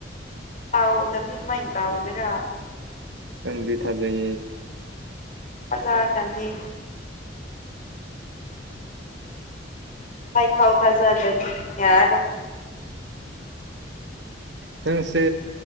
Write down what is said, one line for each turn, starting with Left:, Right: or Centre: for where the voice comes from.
Left: ꯇꯧꯗꯝꯅꯤ ꯀꯃꯥꯏꯟ ꯇꯧꯒꯦꯔ
Right: ꯅꯪꯗꯤ ꯊꯥꯖꯩꯌꯦ
Left: ꯐꯖꯗꯝꯅꯤ ꯑꯩ ꯐꯥꯎ ꯊꯖꯗ꯭ꯔꯗꯤ ꯌꯥꯔꯣꯏ
Right: ꯅꯪꯁꯦ